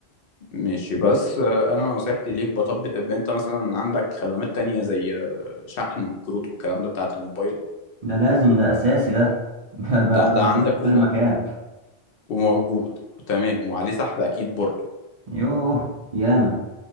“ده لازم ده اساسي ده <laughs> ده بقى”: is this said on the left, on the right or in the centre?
Right